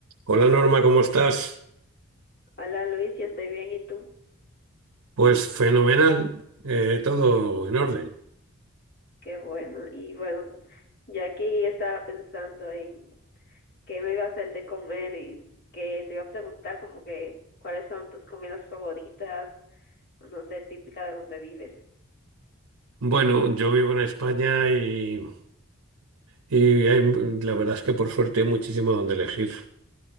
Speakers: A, on the right; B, on the left.
A: Hola Norma, ¿cómo estás?
B: Hola Luis, yo estoy bien, ¿y tú?
A: Pues fenomenal, eh, todo en orden.
B: Qué bueno. Y bueno, ya aquí estaba pensando en qué me iba a hacer de comer y que te iba a preguntar como que cuáles son tus comidas favoritas, no sé, típica de donde vives.
A: Bueno, yo vivo en España y, y hay- la verdad es que por suerte hay muchísimo donde elegir.